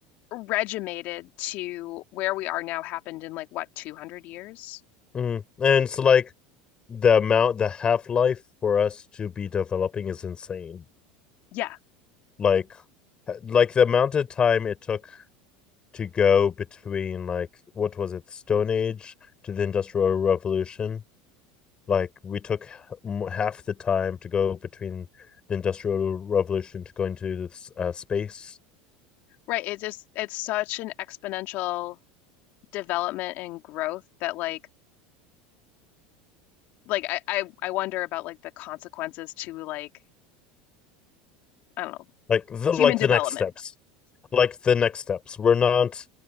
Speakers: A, on the left (about 55°); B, on the left (about 30°).
A: regimented to where we are now happened in like what, 200 years?
B: Mm. And it's like the amount, the half life for us to be developing is insane.
A: Yeah,
B: Like, like the amount of time it took to go between like what was it, the Stone Age to the Industrial Revolution. Like we took half the time to go between the Industrial Revolution to going to this uh, space.
A: right. It's just it's such an exponential development and growth that like like I I, I wonder about like the consequences to like I don't know,
B: Like the
A: human
B: like
A: development.
B: the next steps. Like the next steps. We're not